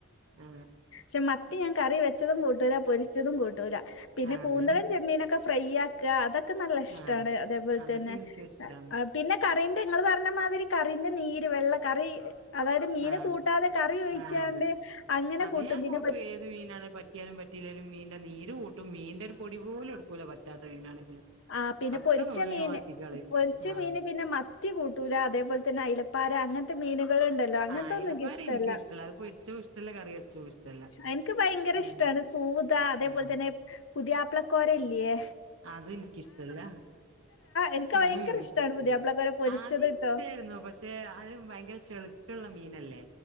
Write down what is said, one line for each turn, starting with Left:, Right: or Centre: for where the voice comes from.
Right: ആ
Left: ഷെ മത്തി ഞാൻ കറി വെച്ചതും കൂട്ടൂല പൊരിച്ചതും കൂട്ടൂല പിന്നെ
Right: അതെ
Left: കൂന്തളും ചെമ്മീനൊക്കെ ഫ്രൈയ കാ അതൊക്കെ നല്ല ഇഷ്ടണ്
Right: ആഹ്
Left: അതേപോൽ
Right: അതൊക്കെ
Left: തെന്നെ
Right: എനിക്കും ഇഷ്ടാണ്
Left: പിന്നെ കറിന്റെ ഇങ്ങൾ പർണമാതിരി കറിന്റെ നീര് വെള്ള കറീ അതായത് മീന്
Right: ആഹ്
Left: കൂട്ടാതെ കറി ഒഴിച്ചാണ്ട്
Right: ആഹ് അതെ
Left: അങ്ങനെ
Right: അത്
Left: കൂട്ടും
Right: ഞാൻ
Left: പിന്നെ
Right: ഏത് മീനാണ് പറ്റ റ്റിയാലും പറ്റിയില്ലെലും മീന്റെ നീര് കൂട്ടും മീന്റെ ഒരു പൊടി പോലും എടുക്കൂല പറ്റാത്ത മീനാണെങ്കില്.
Left: ആ പിന്നെ
Right: ഒക്കെ
Left: പൊരിച്ച
Right: നുള്ളി
Left: മീന്
Right: മാറ്റിക്കളയും
Left: പൊരിച്ച
Right: ആഹ്
Left: മീന് പിന്നെ മ ത്തി കൂട്ടൂല അതേപോലെ തന്നെ അയിലപ്പാര അങ്ങൻത്തെ മീനുകള് ണ്ടല്ലോ ല്ല അങ്ങനത്തെന്നു
Right: ആഹ് അയ്ലപ്പാര
Left: ഇൻക് ഇഷ്ടല്ല
Right: എനിക്കും അത് പൊരിച്ചതും ഇഷ്ടല്ല കറി വെച്ചതും ഇഷ്ടല്ല
Left: എൻക്ക് ഭയങ്കര ഇഷ്ടാണ്.
Right: ഉം
Left: സൂത അതേപോലെ
Right: ആഹ്
Left: തന്നെ പുതിയാപ്ള കൊരല്ല്യേ?
Right: അതു ഇനിയ്ക്കിഷ്ടല്ല
Left: എനിക്ക് ഭയങ്കര
Right: ഉം
Left: ഇഷ്ടാണ്
Right: യ്ക്ക്ഷ്ടല്ല
Left: പുതിയാപ്ലക്കോര പൊരിച്ചത്
Right: ആദ്യം ഇഷ്ടയ്രുന്നു
Left: ട്ടോ
Right: പഷ് ക്ഷെ അഹ് ഭയങ്കര ചെളിത്തള്ളെ മീനല്ലേ?